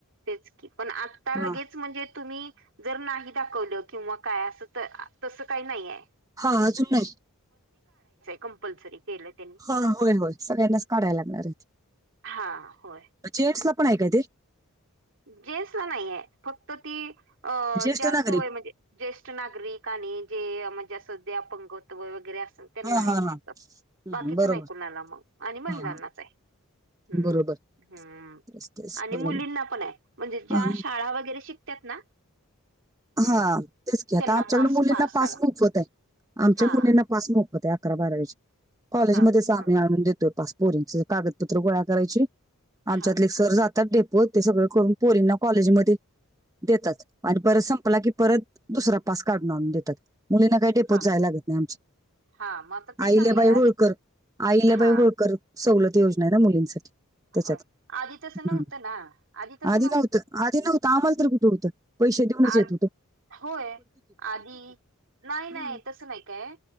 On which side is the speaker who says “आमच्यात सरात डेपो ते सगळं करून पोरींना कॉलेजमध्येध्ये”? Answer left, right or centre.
Right